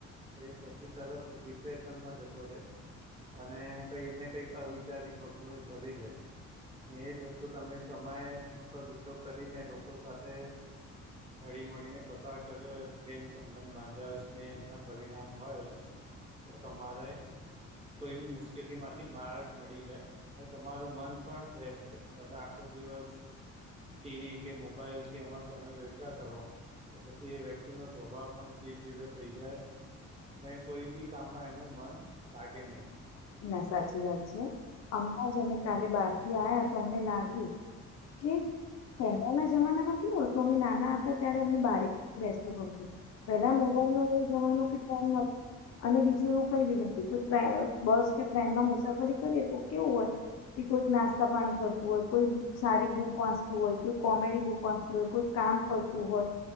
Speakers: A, on the right; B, on the left.
A: તો એ પછી તરત ડિપ્રેશનમાં જતો રહેે. અને કઈક ને કઈક અવિચારી પગલું એ ભરી લે એજ વસ્તુ તમે સમયનો સદઉપયોગ કરીને લોકો સાથે હળી મળળીને પસાર કર્યો હોય પ્રેમ સંબંધ બાંધ્યા હોય સ્નેહના પરિણામ હોય. તો તમારે કોઈ બી મુશ્કેલી માંથી માારક મળી જાય અને તમારું મન પણ ફ્રેશ રહે તમે આખો દિવસ
B: <unintelligible>
A: ટીવી કે મોબાઈલ કે એમા સમય વવથા કરો તો પછી એ વ્યક્તિ ન સ્વભાવ પણ ચીડ ચીડયો થઈ જાય અને કોઈ બી કામમાં એનું મન લાગે નહીિ
B: ના સાચી વાત છે અમણાં જ અમે કાલે બાર થી આયા તો અમને લાગ્યું કે પહેલાના જમાનામાં કેવ હતોું અમે નાના હતા ત્યારે અમને બાહાર બેસું ગમતું પેલા મોબાઈલ ન એ જવાનુ કન નથી અને બીજું એવું કઈ નથી તો બસ કે ટ્રેનમાં મુસાફરી કરીએ તો કેવું હોય કે કોઈક નાસ્તા પાણી કરતું હોય કોઈ સારી બુક વાંચતું હોય કોઈ કોમેડી બુક વાંચતું હોય કોઈ કામ કરતું હોય